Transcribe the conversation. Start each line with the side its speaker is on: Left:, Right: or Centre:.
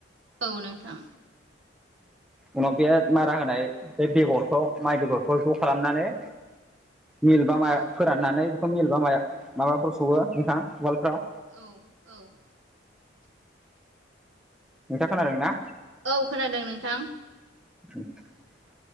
Right: औ नोंथां
Centre: उनाव बे मारा होनाय बे बेगरखौ माइ बेगरखौ ज' खालामनानै मिल बा माया
Right: औ
Centre: फोराननानै बेखौ मिल बा माया माबाफ्राव सौवो नोंथां उवालफ्राव
Right: औ औ
Centre: नोंथां खोनादों ना
Right: औ खोनादों नोंथां
Centre: <inaudible>